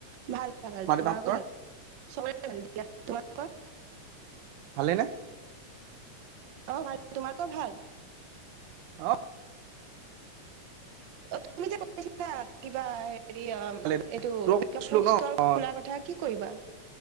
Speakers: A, on the right (about 65°); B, on the right (about 85°).
A: ভাল ভাল
B: মা দেউতাহঁতৰ
A: তোমালোকোৰ ভাল? <unintelligible> <unintelligible> <unintelligible> <unintelligible> তোমালোকৰ
B: ভালেনে?
A: অ' ভাল তোমালোকৰ ভাল?
B: <unintelligible>
A: অ' তুমি যে <unintelligible> কিবা এই হেৰি
B: ভালে দে।
A: এইটো
B: তোৰ কৈছিলো
A: কিবা ফুডষ্টৰ
B: ন অ
A: খোলাৰ কথা কি কৰিবা?